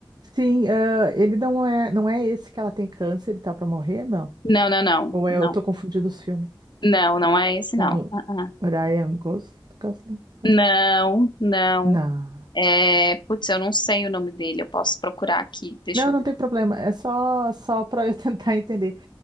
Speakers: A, on the right; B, on the left.
A: Sim, ah, ele não é, não é esse que ela tem câncer, ele tá pra morrer, não?
B: Não, não, não,
A: Ou é-
B: não.
A: eu tô confundindo os filmes
B: Não, não é esse,
A: com
B: não. Ah, ah.
A: Ryan Gos- Gosling? Gosling?
B: Não, não.
A: Não.
B: É, putz, eu não sei o nome dele, eu posso procurar aqui, deixa
A: Não,
B: eu
A: não
B: ver.
A: tem problema. É só só para eu <laughs> tentar entender.